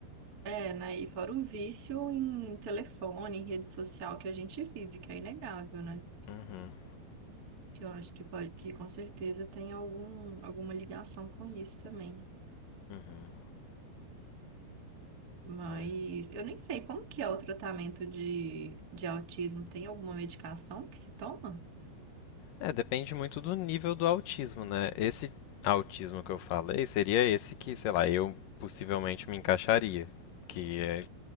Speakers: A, on the right (about 30°); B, on the left (about 75°).
A: É, né? E fora o vício em telefone, em rede social que a gente vive, que é inegável, né?
B: Uhum,
A: Que eu acho que pode, que com certeza tem algum, alguma ligação com isso também.
B: uhum.
A: Mas
B: É.
A: eu nem sei como que é o tratamento de, de autismo. Tem alguma medicação que se toma?
B: É, depende muito do nível do autismo, né? Esse autismo que eu falei seria esse que, sei lá, eu possivelmente me encaixaria, que é,